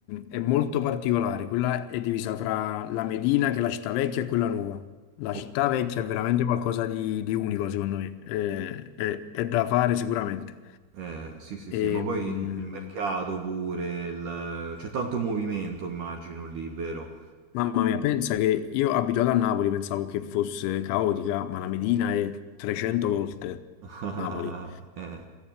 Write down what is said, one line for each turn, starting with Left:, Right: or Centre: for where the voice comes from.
Left: è molto particolare. Quella è divisa fra la Medina, che è la città vecchia, e quella nuova. La
Right: Oh,
Left: città vecchia è veramente qualcosa di, di unico, secondo me. È, è- è da fare sicuramente.
Right: eh, sì, sì,
Left: E,
Right: sì, ma poi
Left: mm,
Right: il mercato pure, il- c'è tanto movimento, immagino lì, vero?
Left: mamma mia, pensa che io abituato a Napoli pensavo che fosse caotica, ma la Medina è 300 volte
Right: <laughs>
Left: Napoli.
Right: Eh,